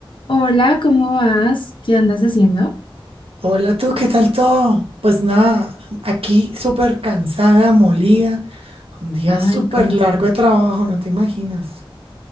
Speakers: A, on the left; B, on the right.
A: Hola, ¿cómo vas? ¿Qué andas haciendo?
B: Hola tú, ¿qué tal todo? Pues nada, aquí súper cansada, molida, un día
A: Ay,
B: súper
A: ¿cómo
B: largo
A: así?
B: de trabajo, no te imaginas.